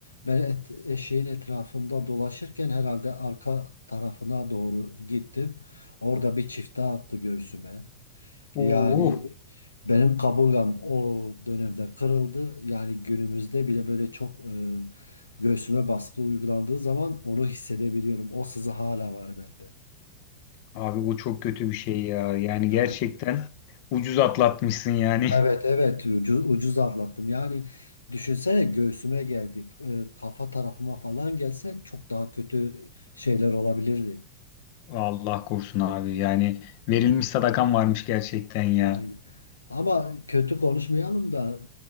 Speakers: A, on the left; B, on the left.
A: Ben et- eşeğin etrafında dolaşırken herhalde arka tarafına doğru gittim. Orada bir çifte attı göğsüme.
B: Oo,
A: Yani benim kaburgam o dönemde kırıldı. Yani günümüzde bile böyle çok e, göğsüme baskı uygulandığı zaman onu hissedebiliyorum. O sızı hala var bende.
B: abi o çok kötü bir şey ya. Yani
A: Yani
B: gerçekten ucuz atlatmışsın yani.
A: evet
B: <laughs>
A: evet ucu- ucuz atlattım. Yani düşünsene göğsüme geldik. e, kafa tarafıma falan gelse çok daha kötü şeyler olabilirdi.
B: Allah korusun abi. Yani verilmiş sadakan varmış gerçekten ya.
A: Aynen. Ama kötü konuşmayalım da